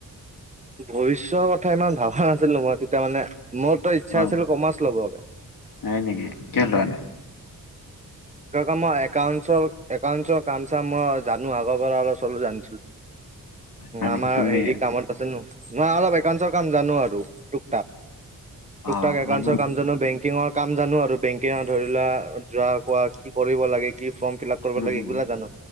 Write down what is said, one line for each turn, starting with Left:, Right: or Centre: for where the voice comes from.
Right: ভৱিষ্যয়ৰ কথা ইমান ভাবা নাছিলো মই তেত তাৰ মানে মোৰতো ইচ্ছা
Left: অ
Right: আছিল কমাৰ্চ ল'বগে।
Left: নাই নেকি কিয় লোৱা নাই
Right: ই একাউণ্টচৰ একাউটছৰ কাম চাম মই জানোঁ আগৰ পৰালচৰ জান
Left: মানে
Right: আমাৰ
Left: কি তুমি
Right: হেৰি কামত আছে নো মই অলপ একাউণ্টচৰ কাম জানোঁ আৰু টুক
Left: অ
Right: টাক একাউণ্টচৰ
Left: মানে
Right: কাম জানোঁ বেংকিং কাম জানোঁ আৰু ধৰিলোৱা যোৱা কোৱা কি কৰিব লাগে কি ফৰ্ম ফিল আপ
Left: উম
Right: কৰিব লাগে
Left: উম
Right: এইবিলাক জানো